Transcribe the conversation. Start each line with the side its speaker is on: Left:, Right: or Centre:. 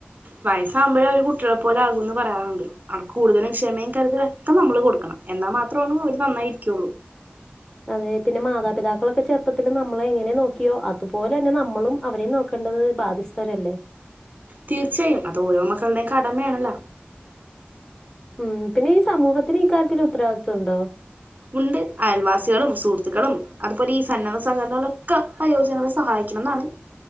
Right: വയസ്സാവുമ്പഴേ അവര് കുട്ട്യേളെ പോലെ ആകുംന്ന് പറയാറ്ണ്ട് അവർക്ക് കൂടുതലും ക്ഷമയും കരുതലൊക്കെ നമ്മള് കൊടുക്കണം. എന്നാ മാത്രവാണ് അവര് നന്നായിരിക്കൊള്ളൂ.
Left: അതെ പിന്നെ മാതാപിതാക്കളൊക്കെ ചെറുപ്പത്തില് നമ്മളെ എങ്ങനെ നോക്കിയോ അതുപോലെന്നെ നമ്മളും അവരെ നോക്ക ണ്ടത് ബാധ്യസ്ഥരല്ലേ
Right: തീർച്ചയായും അതോരോ മക്കളുടെയും കടമയാണല്ലോ
Left: ഉം പിന്നെ ഈ സമൂഹത്തിനീക്കാര്യത്തിലുത്തരവാദിത്ത്വം ഉണ്ടോ
Right: ഉണ്ട് അയൽവാസികളും സുഹൃത്തുക്കളും അതുപോലെ ഈ സന്നദ്ധ സംഘടനകളൊക്കെ വയോജനങ്ങളെ സഹായി ക്കുമെന്നാണ്